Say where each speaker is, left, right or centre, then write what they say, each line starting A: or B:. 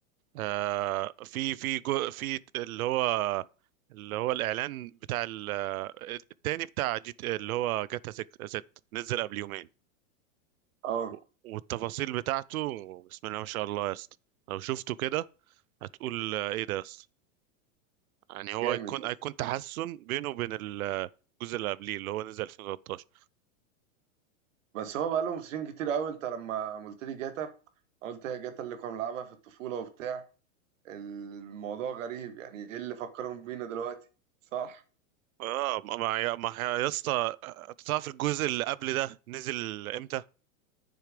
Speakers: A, on the right (about 80°); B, on the right (about 60°).
A: آه في في جو في اللي هو اللي هو الاعلان بتاع ال- التاني بتاع جيت اللي هو جاتا 6 ست نزل قبل يومين
B: أه
A: و- والتفاصيل بتاعته بسم الله ما شاء الله يا اسطى لو شفته كده هتقول آه، ايه ده يا اسطى يعني هو
B: جامد
A: هيكون هيكون تحسن بينه وبين ال- الجزء اللي قبليه اللي هو نزل 2013
B: بس هو بقى لهم سنين كتير قوي انت لما قلت لي جاتا أنا قلت هي جاتا اللي كنا بنلعبها في الطفولة وبتاع الموضوع غريب يعني ايه اللي فكرهم بينا دلوقتي صح
A: اه ما ما يا ما يا اسطى أنت تعرف الجزء اللي قبل ده نزل امتى